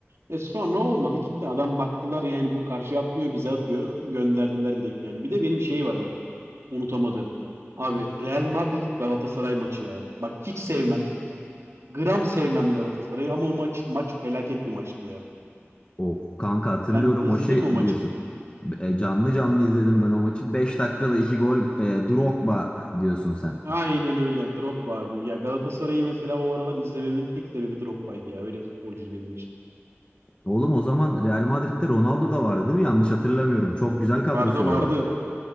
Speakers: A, on the right; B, on the left.
A: E sonra olmadı gitti. Adam baktılar yani bu karşı atmıyor bize atıyor. Gönderdiler direkt yani. Bir de benim şey var bak. unutamadığım. Abi Real Madrid Galatasaray maçı ya. Bak hiç sevmem. Gram sevmem Galatasaray'ı ama o maç maç felaket bir maçtı ya.
B: Of kanka hatırlıyorum
A: Sen izledin
B: o şey
A: mi o maçı?
B: diyorsun. E, canlı canlı izledim ben o maçı. 5 dakikada 2 gol e, Drogba diyorsun sen.
A: Aynen öyle. Drogba abi. Ya Galatasaray'ı mesela o aralar izlememin tek sebebi Drogba'ydı ya. Öyle bir futbolcuydu benim için.
B: Oğlum o zaman Real Madrid'de Ronaldo da vardı değil mi? Yanlış hatırlamıyorum. Çok güzel
A: Vardı
B: kadrosu vardı.
A: vardı.